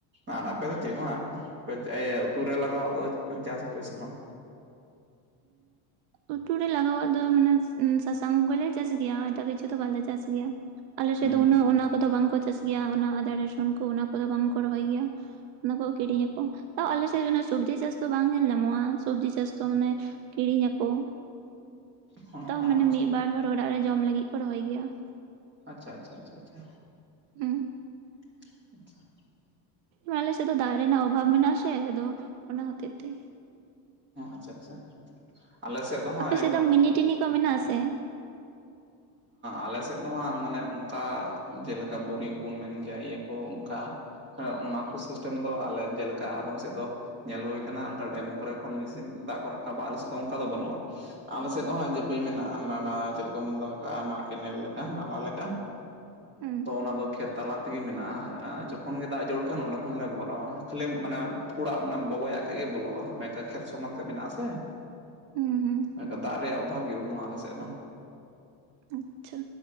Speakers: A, on the right; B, on the right.
A: ᱟᱨ ᱟᱯᱮ ᱫᱚ ᱪᱮᱫ ᱠᱚ ᱦᱟᱸᱜ ᱩᱛᱩ ᱨᱮ ᱞᱟᱜᱟᱣᱟᱜ ᱫᱚ ᱪᱟᱥᱟᱯᱮ ᱥᱮ ᱵᱟᱝ?
B: ᱩᱛᱩ ᱨᱮ ᱞᱟᱜᱟᱣᱟᱜ ᱫᱚ ᱢᱟᱱᱮ ᱥᱟᱥᱟᱝ ᱜᱮᱞᱮ ᱪᱟᱥ ᱜᱮᱭᱟ ᱮᱴᱟᱜ ᱠᱤᱪᱷᱩ ᱫᱚ ᱵᱟᱞᱮ ᱪᱟᱥ ᱜᱮᱭᱟ ᱾ ᱟᱞᱮ ᱥᱮᱫ
A: ᱦᱩᱸ
B: ᱫᱚ ᱩᱱᱟᱹᱜ ᱚᱱᱟ ᱠᱚᱫᱚ ᱵᱟᱝ ᱠᱚ ᱪᱟᱥ ᱜᱮᱭᱟ ᱾ ᱚᱱᱟ ᱟᱫᱟ, ᱨᱟᱥᱩᱱ ᱠᱚ ᱚᱱᱟ ᱠᱚᱫᱚ ᱵᱟᱝ ᱠᱚ ᱨᱚᱦᱚᱭ ᱜᱮᱭᱟ ᱾ ᱚᱱᱟ ᱠᱚ ᱠᱤᱨᱤᱧ ᱟᱠᱚ ᱾ ᱛᱟᱣ ᱟᱞᱮ ᱥᱮᱫᱮ ᱥᱚᱵᱽᱡᱤ ᱪᱟᱥ ᱫᱚ ᱵᱟᱝ ᱧᱮᱞ ᱧᱟᱢᱚᱜᱼᱟ, ᱥᱚᱵᱽᱡᱤ ᱪᱟᱥ ᱫᱚ ᱢᱟᱱᱮ ᱠᱤᱨᱤᱧ ᱟᱠᱚ ᱾
A: ᱦᱚᱸ
B: ᱛᱟᱣ
A: ᱦᱚᱸ
B: ᱢᱟᱱᱮ
A: ᱟᱪᱪᱷᱟ
B: ᱢᱤᱫ ᱵᱟᱨ ᱦᱚᱲ ᱚᱲᱟᱜ ᱨᱮ ᱡᱚᱢ ᱞᱟᱹᱜᱤᱫ ᱠᱚ ᱨᱚᱦᱚᱭ ᱜᱮᱭᱟ ᱾
A: ᱟᱪᱪᱷᱟ ᱟᱪᱪᱷᱟ ᱟᱪᱪᱷᱟ ᱟᱪᱪᱷᱟ ᱾
B: ᱦᱩᱸ ᱾
A: <inaudible>
B: ᱟᱞᱮ ᱥᱮᱫ ᱫᱚ ᱫᱟᱨᱮ ᱨᱮᱱᱟᱜ ᱚᱵᱷᱟᱵ ᱢᱮᱱᱟᱜ ᱟᱥᱮ ᱟᱫᱚ ᱚᱱᱟ ᱦᱚᱛᱮᱡ ᱛᱮ
A: ᱟᱪᱪᱷᱟ ᱟᱪᱪᱷᱟ, ᱟᱞᱮ ᱥᱮᱫ ᱫᱚ ᱦᱟᱸᱜ
B: ᱟᱯᱮ ᱥᱮᱫ ᱫᱚ ᱢᱤᱱᱤ ᱴᱤᱱᱤ ᱠᱚ ᱢᱮᱱᱟᱜ ᱟᱥᱮ?
A: ᱟᱞᱮᱥ ᱮᱫ ᱫᱚ ᱦᱟᱸᱜ ᱢᱟᱱᱮ ᱚᱱᱠᱟ ᱡᱮᱞᱮᱠᱟ ᱵᱳᱨᱤᱝ ᱠᱚᱵᱚᱱ ᱢᱮᱱ ᱠᱮᱭᱟ ᱤᱭᱟᱹ ᱚᱱᱠᱟ ᱚᱱᱟ ᱠᱚ ᱥᱤᱥᱴᱮᱢ ᱫᱚ ᱟᱞᱮ ᱡᱮᱞᱮᱠᱟ ᱟᱫᱚᱢ ᱥᱮᱫ ᱫᱚ ᱧᱮᱞ ᱦᱩᱭ ᱟᱠᱟᱱᱟ ᱚᱱᱠᱟ ᱰᱮᱢ ᱠᱚᱨᱮ ᱠᱷᱚᱱ ᱢᱮᱥᱤᱱ ᱫᱟᱜ ᱠᱚ ᱨᱟᱠᱟᱵᱟ ᱟᱞᱮ ᱥᱮᱫ ᱫᱚ ᱚᱱᱠᱟ ᱫᱚ ᱵᱟᱹᱱᱩᱜᱼᱟ ᱾ ᱟᱞᱮ ᱥᱮᱫ ᱫᱚ ᱦᱚᱸᱜ ᱡᱟᱹᱯᱟᱹᱭ ᱢᱮᱱᱟᱜᱼᱟ ᱱᱟᱞᱟ ᱪᱮᱫ ᱞᱮᱠᱟᱢ ᱵᱚᱱᱫᱚᱦ ᱠᱟᱜᱼᱟ ᱚᱱᱟ ᱠᱮᱱᱮᱞ ᱞᱮᱠᱟ, ᱱᱟᱞᱟ ᱞᱮᱠᱟ ᱾
B: ᱦᱮᱸ ᱾
A: ᱛᱚ ᱚᱱᱟ ᱫᱚ ᱠᱷᱮᱛ ᱛᱟᱞᱟ ᱛᱮᱜᱮ ᱢᱮᱱᱟᱜᱼᱟ, ᱡᱚᱠᱷᱚᱱ ᱜᱮ ᱫᱟᱜ ᱡᱟᱹᱲᱩᱲ ᱠᱷᱟᱱ ᱚᱸᱰᱮ ᱠᱷᱚᱱᱞᱮ ᱵᱷᱚᱨᱟᱣᱟ ᱾ ᱠᱷᱟᱹᱞᱤ ᱢᱟᱱᱮ ᱯᱷᱩᱲᱟᱜᱟᱱᱮ ᱵᱚᱜᱚᱟᱜ ᱠᱷᱟᱱ ᱜᱮ ᱵᱚᱞᱚᱜᱼᱟ, ᱢᱮᱱ ᱠᱷᱮᱛ ᱥᱚᱢᱟᱱ ᱛᱮ ᱢᱮᱱᱟᱜ ᱟᱥᱮ ᱾
B: ᱦᱩᱸ ᱦᱩᱸ
A: ᱮᱠᱷᱟᱱ ᱫᱟᱜ ᱨᱮᱭᱟᱜ ᱚᱵᱷᱟᱵᱽ ᱜᱮ ᱵᱟᱹᱱᱩᱜᱼᱟ ᱟᱞᱮ ᱥᱮᱫ ᱫᱚ ᱾
B: ᱟᱪᱪᱷᱟ